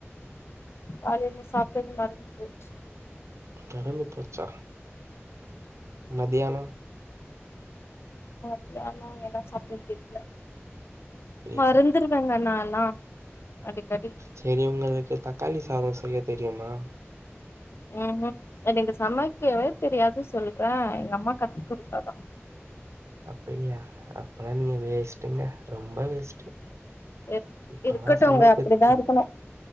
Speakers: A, on the left (about 60°); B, on the right (about 80°).
A: காலில சாப்ட்டது மறந்து போச்சு
B: பறந்து போச்சா மதியானோ
A: மத்தியானோ என்ன சாப்ட்ட தெரில
B: அப்படியா?
A: மறந்துருவேங்க நால்லா அடிக்கடி
B: சரி உங்களுக்கு தக்காளி சாதோ செய்ய தெரியுமா
A: ம் ஹூம் எனக்கு சமைக்கவே தெரியாது சொல்றே எங்க அம்மா கத்து குடுத்தாதா
B: அப்படியா அப்பல்லா நீங்க வேஸ்ட்டுங்க ரொம்ப வேஸ்ட்டு
A: எப்
B: இப்பல்லாம்
A: இருக்கட்டும்ங்க
B: சமைக்க
A: அப்படிதா இருக்கணு